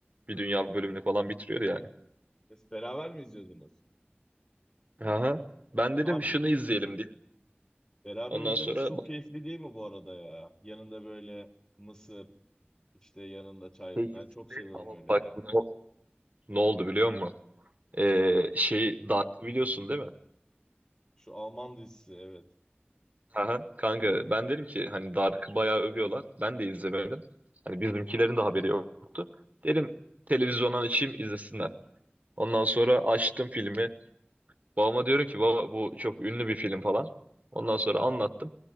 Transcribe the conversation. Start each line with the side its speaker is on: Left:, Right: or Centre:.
Right: Bir dünya bölümünü falan bitiriyordu yani.
Left: Beraber mi izliyordunuz?
Right: Aha. Ben dedim
Left: Abi
Right: şunu
Left: bu
Right: izleyelim diye.
Left: Beraber
Right: Ondan
Left: izlemesi
Right: sonra
Left: çok
Right: bak
Left: keyifli değil mi bu arada ya? Yanında böyle mısır, işte yanında çay.
Right: keyifli
Left: Ben çok seviyorum
Right: ama
Left: öyle
Right: bak
Left: ya.
Right: ne oldu, ne oldu biliyor musun? E,
Left: Ha,
Right: şey Dark'ı biliyorsun değil mi?
Left: şu Alman dizisi evet.
Right: Aha, kanka ben derim ki hani Dark'ı bayağı övüyorlar. Ben de izlemedim. Hani bizimkilerin de haberi yoktu. Derim televizyondan açayım izlesinler. Ondan sonra açtım filmi. Babama diyorum ki baba bu çok ünlü bir film falan. Ondan sonra anlattım.